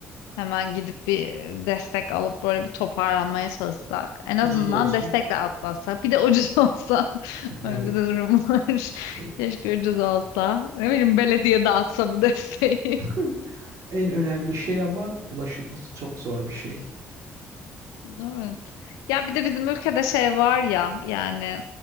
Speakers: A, on the left; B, on the right.
A: hemen gidip bir destek alıp böyle bir toparlanmaya çalışsak. En azından
B: Ucuz olsun.
A: destekle atlatsak. Bir de ucuz <laughs> olsa. Böyle
B: Evet.
A: bir de durum var.
B: Ya,
A: Keşke ucuz olsa. Ne bileyim belediye dağıtsa bu desteği.
B: <clears throat> <laughs> En önemli şey ama ulaşılması çok zor bir şey.
A: Evet. Ya bir de bizim ülkede şey var ya yani